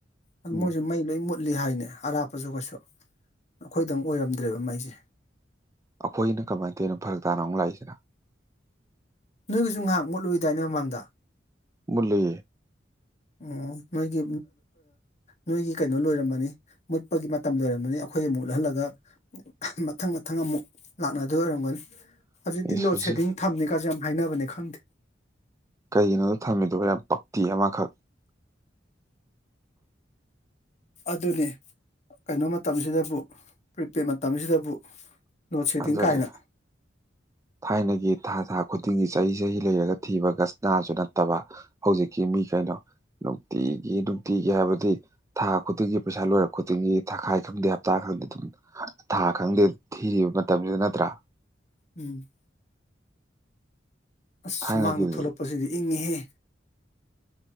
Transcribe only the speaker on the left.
ꯑꯗꯨ
ꯃꯣꯏꯁꯨ ꯃꯩ ꯂꯣꯏ ꯃꯨꯠ ꯃꯨꯠꯂꯤ ꯍꯥꯏꯅꯦ ꯑꯔꯥꯞꯄꯁꯨ ꯀꯩꯁꯨ ꯑꯩꯈꯣꯏꯗꯪ ꯑꯣꯏꯔꯝꯗ꯭ꯔꯦꯕ ꯃꯩꯁꯦ
ꯅꯣꯏꯒꯤꯁꯨ ꯉꯥꯏꯍꯥꯛ ꯃꯨꯠꯂꯨꯏꯗꯥꯏꯅꯦ ꯃꯃꯥꯡꯗ
ꯑꯣ ꯅꯣꯏꯒꯤ ꯅꯣꯏꯒꯤ ꯀꯩꯅꯣ ꯂꯣꯏꯔꯝꯃꯅꯤ ꯃꯨꯠꯄꯒꯤ ꯃꯇꯝ ꯂꯣꯏꯔꯝꯃꯅꯤ ꯑꯩꯈꯣꯏ ꯑꯃꯨꯛ ꯃꯨꯠꯍꯜꯂꯒ ꯃꯊꯪ ꯃꯊꯪ ꯑꯃꯨꯛ ꯂꯥꯛꯅꯗꯣꯏ ꯑꯣꯏꯔꯝꯒꯅꯤ ꯍꯧꯖꯤꯛꯇꯤ
ꯂꯣꯗ
ꯁꯦꯗꯤꯡ ꯊꯝꯃꯦꯀꯁꯨ ꯌꯥꯝ ꯍꯥꯏꯅꯕꯅꯦ ꯈꯪꯗꯦ
ꯑꯗꯨꯅꯤ ꯀꯩꯅꯣ ꯃꯇꯝꯁꯤꯗꯕꯨ ꯄ꯭ꯔꯤꯄꯦꯗ ꯃꯇꯝꯁꯤꯗꯕꯨ ꯂꯣꯗ ꯁꯦꯗꯤꯡ
ꯀꯥꯏꯅ
ꯎꯝ ꯑꯁ
ꯁꯨꯃꯥꯡꯗ ꯊꯣꯛꯂꯛꯄꯁꯤꯗꯤ ꯏꯪꯉꯤꯍꯦ